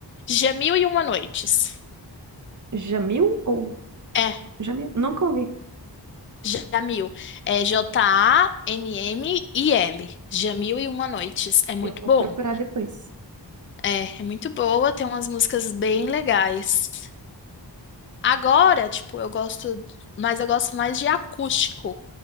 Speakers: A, on the left; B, on the right.
A: Jamil e Uma Noites.
B: Jamil ou...
A: É,
B: Jamil? Nunca ouvi.
A: Jamil. É J-A-M-M-I-L. Jamil e Uma Noites. É muito
B: Eu vou
A: bom.
B: procurar depois.
A: É, é muito boa, tem umas músicas bem legais. Agora, tipo, eu gosto, mas eu gosto mais de acústico